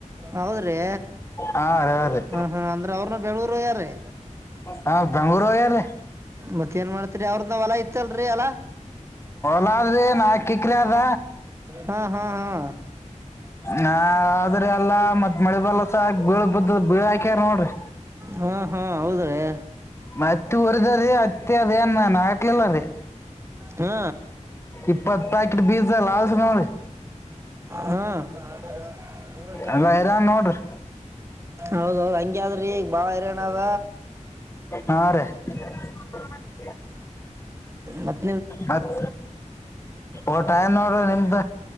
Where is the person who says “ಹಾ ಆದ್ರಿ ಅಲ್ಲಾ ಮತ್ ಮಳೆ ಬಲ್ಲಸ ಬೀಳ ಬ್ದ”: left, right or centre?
Left